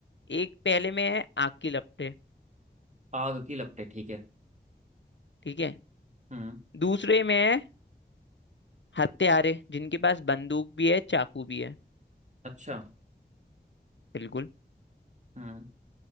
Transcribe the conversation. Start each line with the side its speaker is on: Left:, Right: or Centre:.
Left: एक पहले में है आग की लपटें
Right: आग की लपटें ठीक है
Left: ठीक है
Right: हम्म
Left: दूसरे में है हत्यारे जिनके पास बंदूक भी है चाकू भी है
Right: अच्छा
Left: बिल्कुल
Right: हम्म